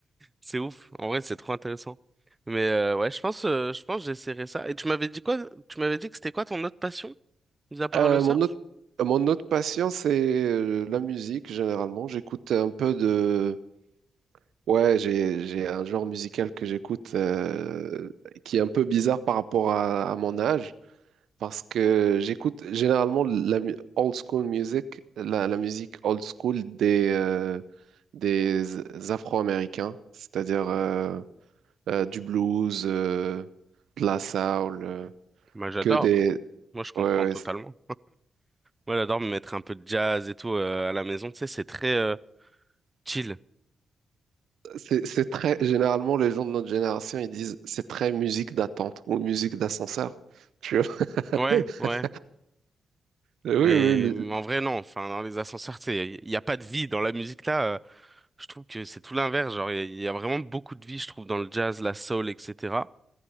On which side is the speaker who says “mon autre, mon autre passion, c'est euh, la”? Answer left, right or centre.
Right